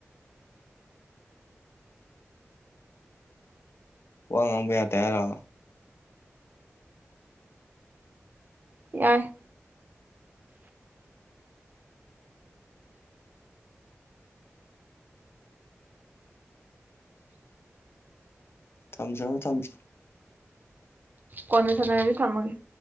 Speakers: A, on the left; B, on the right.
A: ꯋꯥ ꯉꯥꯡꯕ ꯌꯥꯗ‌ꯦ ꯍꯥꯏꯔꯣ
B: ꯌꯥꯏ
A: ꯊꯝꯖꯔꯣ ꯊꯝꯖꯔꯣ
B: ꯀꯣꯟꯅ ꯁꯥꯟꯅꯔꯖꯤ ꯊꯝꯃꯒꯦ